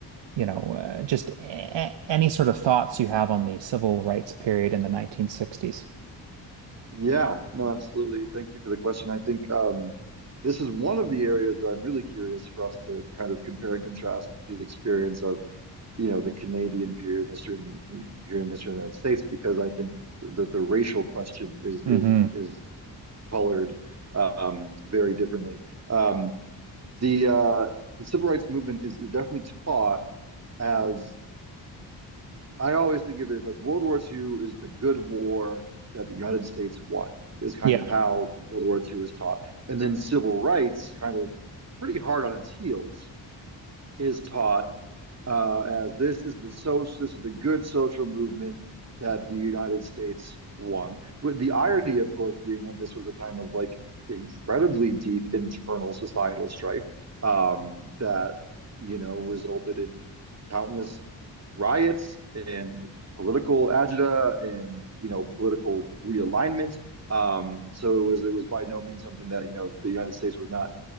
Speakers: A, on the right; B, on the right.
A: you know, uh, just a any sort of thoughts you have on the civil rights period in the 1960s.
B: Yeah, no, absolutely. Thank you for the question. I think um, this is one of the areas that I'm really curious for us to kind of compare and contrast the experience of, you know, the Canadian period in history and the period in history of the United States, because I think the the racial question is is
A: hmm
B: is colored um, very differently. Um, the uh, the civil rights movement is, is definitely taught as I always think of it like World War II is the good war that the United States won, is kind
A: Yeah.
B: of how World War II is taught. And then civil rights kind of pretty hard on its heels is taught uh, as this is the so this is the good social movement that the United States won. With the irony, of course, being that this was a time of like incredibly deep internal societal strife um, that you know resulted in countless riots and political agita and you know political realignment. Um, so it was it was by no means something that you know the United States was not